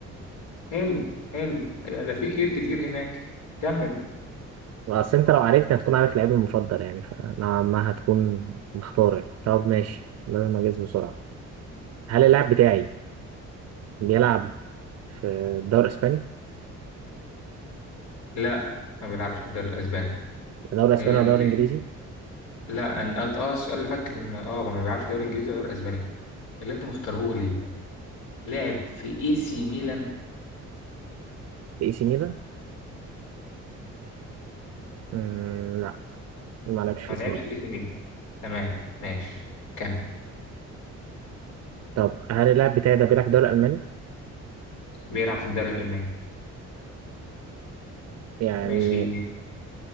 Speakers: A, on the left (about 75°); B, on the right (about 55°).
A: حلو حلو ده ده في خير كتير هناك كمل
B: اصل انت لو عرفت هتكون عارف لعيبي المفضل يعني فنوعا ما هتكون مختار يعني طب ماشي لازم اجهز بسرعه هل اللاعب بتاعي بيلعب في الدوري الاسباني؟
A: لا ما بيلعبش في الدوري الاسباني
B: الدوري الاسباني
A: اللي...
B: ولا الدوري الانجليزي؟
A: لا أن- انت اه السؤال اللي فات كان اه ما بيلعبش في الدوري الانجليزي ولا الدوري الاسباني كده اللي انت مختاره ليه؟ لعب في اي سي ميلان
B: في اي سي ميلان؟ مم، لا ما لعبش في
A: ما
B: اي
A: لعبش
B: سي ميلان
A: في اي سي ميلان تمام ماشي كمل
B: طب هل اللاعب بتاعي ده بيلعب في الدوري الالماني؟
A: بيلعب في الدوري الالماني
B: يعني
A: ماشي